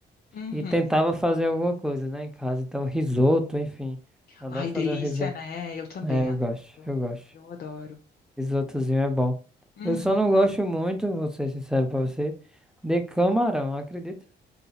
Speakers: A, on the left; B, in the centre.
A: Uhum.
B: E tentava fazer alguma coisa, né, em casa. Então risoto, enfim. Adoro
A: Ai,
B: fazer
A: delícia,
B: um risoto.
A: né? Eu também
B: É, eu
A: adoro.
B: gosto, eu gosto.
A: Eu adoro.
B: Risotozinho é bom.
A: Uhum.
B: Eu só não gosto muito, vou ser sincero pra você, de camarão, acredita?